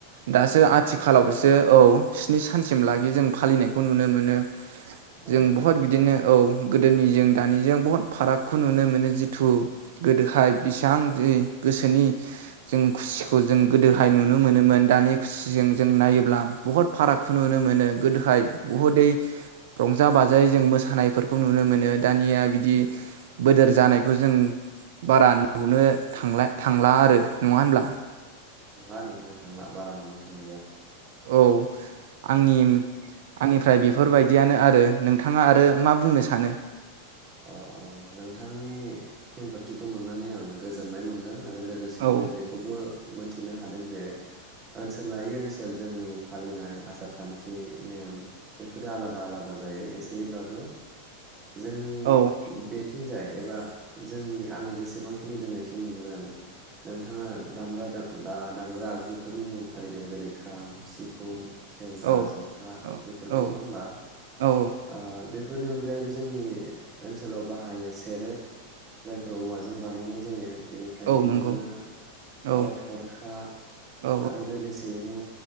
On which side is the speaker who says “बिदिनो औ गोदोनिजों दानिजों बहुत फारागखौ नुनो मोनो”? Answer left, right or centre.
Right